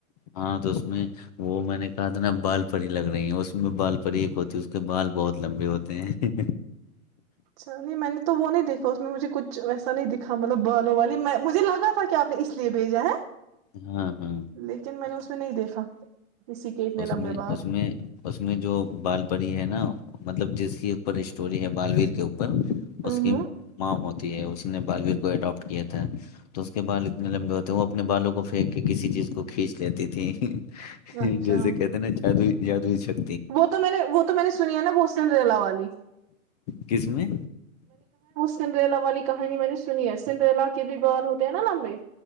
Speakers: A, on the left; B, on the right.
A: ہاں تو اس میں وہ میں نے کہا تھا نا بال پری لگ رہی ہیں اس میں بال پری ایک ہوتی ہے اس کے بال بہت لمبے ہوتے ہیں
B: اچا نہیں میں نے تو وہ نہیں دیکھا اس میں مجھے کچ ویسا نہیں دکھا مطلب بالوں والی میں مجھے لگا تھا کہ آپ نے اس لیے بھیجا ہے
A: ہاں ہاں
B: لیکن میں نے اس نہیں دیکھا کسی کے اتنے
A: اس
B: لمبے
A: میں
B: باض
A: اس میں اس میں جو بال پری ہے نا مطلب جس کی اوپر اسٹوری ہے بالویر کے اوپر
B: ہوں
A: اس کی
B: ہ
A: ماں ہوتی تی ہے اس نے بالویر کو اڈاپٹ کیا تھا تو اس کے بال اتنے لمبے ہوتے وہ اپنے بالوں کو پھینک کے کسی چیز کو کھینچ لیتی تھی ہ
B: اچھا
A: گ <inaudible> ج کہتے ہیں جدو روری ہے
B: وہ تو میں نے وہ تو میں نے سنی ہے نا بوسن ریلا آواز نہیں
A: کس میں
B: سنریلا والی کہانی میں نے سنی ہے سنریلا کی کے بھی بال ہوتے ہیں نا لمبے